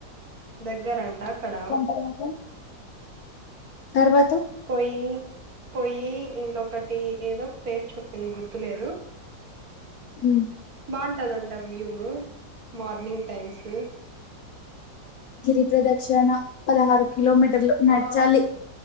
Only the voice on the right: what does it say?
దగ్గరంట అక్కడ
పొయ్యి పొయ్యి ఇంకొకటి ఏదో పేరు చొప్పింది గుర్తులేదు
బాంటదంట వ్యూవు మార్నింగ్ టైమ్స్
ఆ